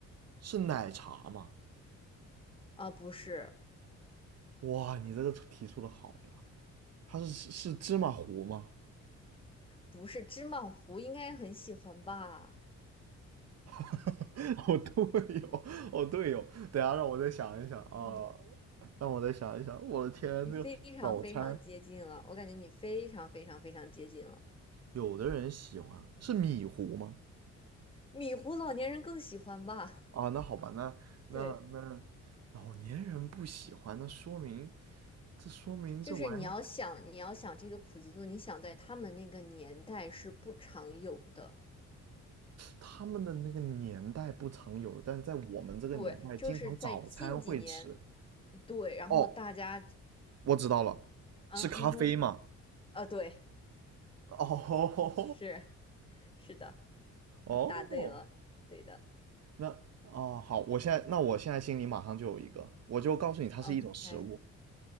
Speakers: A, on the right; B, on the left.
A: 是奶茶嘛？
B: 啊。不是，
A: 哇，你这个提出的好呀！它是是芝麻糊吗？
B: 不是，芝麻糊应该很喜欢吧？
A: <laughs> 哦，对哦，哦对哦，等一下让我再想一想啊，
B: 嗯，
A: 让我再想一想。我的天，
B: 你非常非常接近了，
A: 这个早餐，
B: 我感觉你非常非常非常接近了。
A: 有的人喜欢是米糊吗？
B: 米糊老年人更喜欢吧？<laughs>
A: 啊，那好吧，那那那老年人不喜欢，
B: 对，
A: 那说明这说明这玩意
B: 就是你要想，你要想这个普及度，你想在他们那个年代是不常有的。
A: 他们的那个年代不常有，但在我们这个年代，
B: 对，就是在近几年，
A: 经常早餐会吃。
B: 对，然后大家
A: 哦，我知道了，
B: 嗯嗯哼，
A: 是咖啡嘛？
B: 啊，对，
A: 哦
B: 是是的，
A: 哦，
B: 你答对了，对的
A: 那哦好，我现在那我现在心里马上就有一个，我就告诉你，它是一种食物。
B: ，OK，